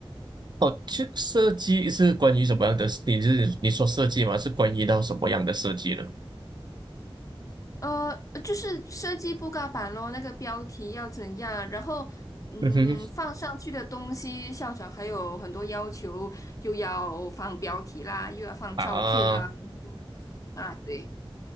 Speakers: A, on the right; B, on the left.
A: 哦，其实设计是关于什么样的？你是你说设计吗？是关于到什么样的设计呢？
B: 呃，呃就是设计布告板咯，那个标题要怎样，然后嗯，
A: 嗯哼，
B: 放上去的东西，校长还有很多要求，又要放标题啦，又要放照片啦，
A: 啊，
B: 然后啊，对，